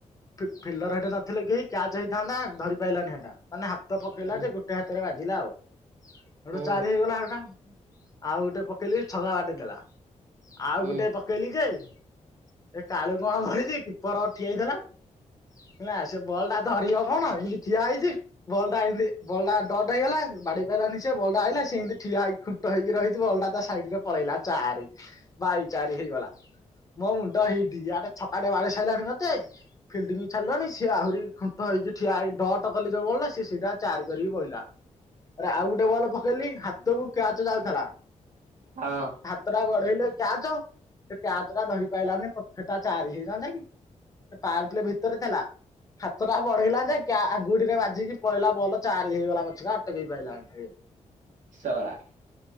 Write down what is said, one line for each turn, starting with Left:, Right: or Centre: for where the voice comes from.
Left: ଫି ଫିଲ୍ଡର ହେଟି ନଥିଲେ କେହି କ୍ୟାଚ ହେଇଥାନ୍ତା ଧରି ପାରଲାନି ହେଟା ମାନେ ହାତ ପକେଇଲା
Right: ହୁଁ
Left: ଯେ ଗୋ ଟେ ହାତରେ ବାାଜିଲା ଆଉ ହେଠୁ
Right: ହୁଁ
Left: ଚାରି ହେଇଗଲା ହେଲଟା ଆଉ ଗୋଟେ ପକେଇଲି ଛଗା ବାଡେଦେଲା ଆଉ
Right: ହୁଁ
Left: ଗୋଟେ ପକେଇଲି ଯେ ଏ କାଳୁ କଣ କରିଛି କିପର ଠିଆ ହେଇଥିଲା ହେଲା ସେ ବଲ୍ ଟା ଧରିବ କଣ ଏମିତି ଠିଆ ହେଇଚି ବଲଟା ଏମିତି ବଲଟା ଡଟ ହେଇଗଲା ବାଡେଇ ପାଇଲାନି ସେ ବଲଟା ଆଇିଲା ସେମତି ଠିଆ ହେଇ ଖୁର ଟ ହେଇକି ରହିଁଯିବ ବଲଟା ତା ସାଇଡ ରେ ପଳେଇଲା ଚାରି। ବାଇ ଚାରି ହେଇଗଲା ମୋ ମୁଣ୍ଡ ହିଟ୍ ଆଡେ ଛକାଟେ ବାଡି ସାଇଲାଣି ମତେ ଫିଲ୍ଡିଙ୍ଗ ଛାଡ଼ଲଣି ସିଏ ଆହୁରି ଖୁଣ୍ଟ ହେଇକି ଠିଆ ହେଇ ଡଟ୍ ତ କଲି ଯୋଉ ବଲଟା ସେ ସେଇଟା ଚାରି କରିକି ବଇଲା ରା ଆଉ ଗୋଟେ ବଲ ପକେଇଲି ହାତକୁ କ୍ୟାଚ ଯାଉଥିଲା
Right: ହଁ।
Left: ତଟା ଗଢେଇଲେ କ୍ୟାଚ ସେ କ୍ୟାଚ ଟା ଧରି ପାଇଲାନି ପଥ ହେଟା ଚାରି ହେଇଯାଆନ୍ତା କି? ଟାର ପ୍ଲେ ଭିତରେ ଥେଲା ହାତ ଟା ବଢେଇଲା ଯେ କ୍ୟ ଆଙ୍ଗୁଠିରେ ବାଜିକି ପଳେଇା ବଲ ଚାରି ହେଇଗଲା ପଛକା ଅଟକେଇ ପାଇଲାନୀ
Right: !!!!!!!!!!